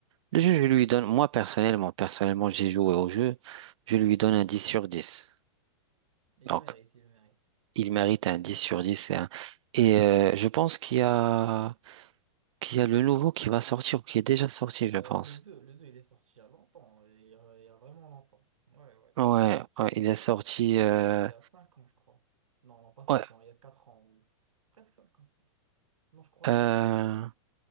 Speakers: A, on the right; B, on the right.
A: le jeu, je lui donne, moi, personnellement, personnellement, j'ai joué au jeu, je lui donne un 10 sur 10.
B: Il
A: Donc,
B: mérite, il mérite.
A: il mérite un 10 sur 10 hein. Et euh, je pense qu'il y a, qu'il y a le nouveau qui va sortir, ou qui est déjà sorti, je
B: Euh,
A: pense.
B: le deux, le deux il est sorti il y a longtemps, hein, il y a, il y a vraiment longtemps. Ouais, ouais.
A: Ouais, ouais, il est sorti. euh,
B: Il y a 5 ans, je crois. Non, non, pas cinq
A: ouais,
B: ans, il y a 4 ans ou presque cinq ans. Non, je crois il
A: euh,
B: y a quatre ans à peu près.